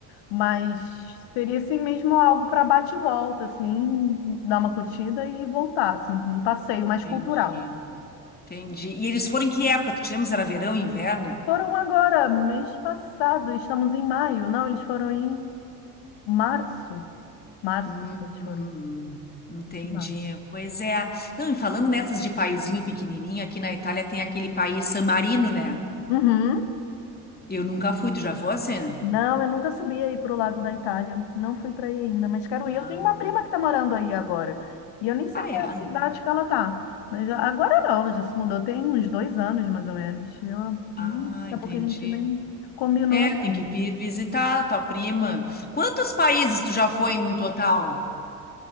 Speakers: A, on the left; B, on the left.
A: mas seria assim mesmo algo para bate e volta, assim, dar uma curtida e voltar, assim, um passeio mais
B: Entendi,
A: cultural.
B: entendi. E eles foram em que época? Tu te lembra se era verão, inverno?
A: Foram agora, mês passado, estamos em maio. Não, eles foram em março. Março,
B: Hum,
A: eles
B: hum,
A: foram.
B: entendi.
A: Em Março.
B: Pois é. Não, e falando nessas de paizinho pequenininho, aqui na Itália tem aquele país San Marino, né?
A: Uhum.
B: Eu nunca fui, tu já fosse?
A: Não, eu nunca subi aí para o lado da Itália. Não fui para aí ainda, mas quero ir.
B: Ah,
A: Eu tenho uma prima que está morando aí agora. E eu nem sei
B: ah,
A: qual
B: é.
A: é a cidade que ela tá. Mas agora não, ela já se mudou tem uns dois anos, mais ou menos. E ela,
B: Ah,
A: hum, daqui
B: entendi.
A: a pouco a gente nem combinou
B: É,
A: nada.
B: tem que vir visitar a tua prima. Quantos países tu já foi no total?